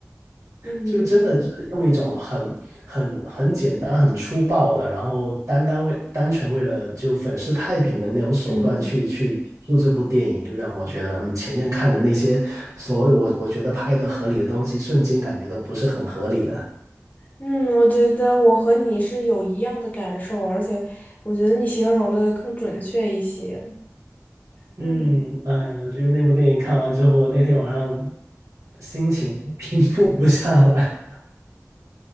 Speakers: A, on the left; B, on the right.
A: 嗯
B: 就真的是用一种很很很简单、很粗暴的，然后单单为单纯为了就粉饰太平的那种手段去去做这部电影，
A: 嗯。
B: 就让我觉得，嗯，前面看的那些所谓我我觉得拍的合理的东西，瞬间感觉都不是很合理了。
A: 嗯，我觉得我和你是有一样的感受，而且我觉得你形容的更准确一些。嗯，
B: 嗯，哎呀，就那部电影看完之后，我那天晚上心情 <laughs> 平复不下来。